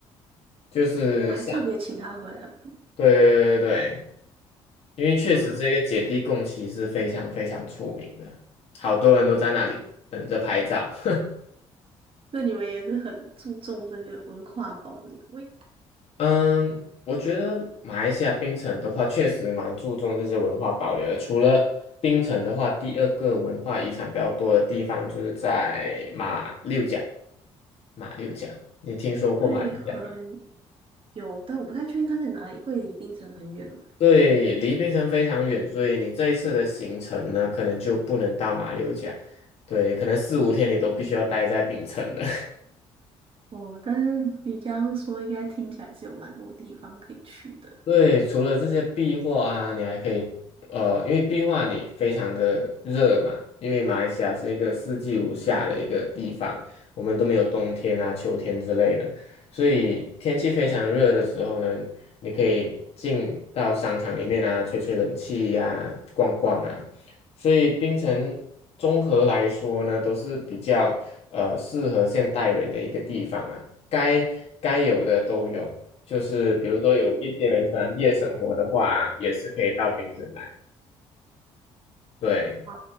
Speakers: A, on the left; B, on the right.
A: 就是像，
B: 我还特别请他回来补。
A: 对对对对。因为确实这个姐弟共骑是非常非常出名的，
B: 哇，
A: 好多人都在那里等着拍照。<laughs>
B: 那你们也是很注重这个文化保留诶，
A: 嗯，我觉得马来西亚槟城的话，确实蛮注重这些文化保留的。除了槟城的话，第二个文化遗产比较多的地方就是在马六甲。马六甲，你听说过马六甲没？
B: 会很有，但我不太确定他在哪里，会离槟城很远吗？
A: 对，离槟城非常远，所以你这一次的行程呢，可能就不能到马六甲。对，可能四五天你都必须要待在槟城的。
B: 哦，但是你刚刚说应该听起来是有蛮多地方可以去的。
A: 对，除了这些壁画啊，你还可以，呃，因为壁画你非常的热嘛，因为马来西亚是一个四季如夏的一个地方，我们都没有冬天啊、秋天之类的，所以天气非常热的时候呢，你可以进到商场里面啊，吹吹冷气呀、逛逛啊，所以槟城综合来说呢，都是比较呃适合现代人的一个地方啊，该该有的都有。就是比如说有一些人喜欢夜生活的话，也是可以到槟城来。对，
B: 好，